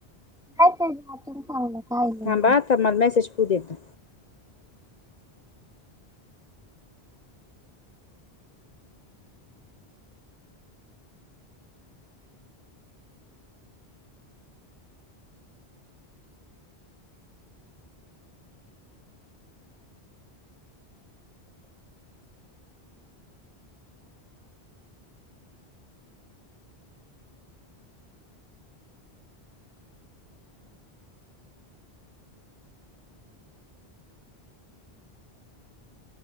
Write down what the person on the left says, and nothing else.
थांबा आता मला मेसेज तु देत नाय.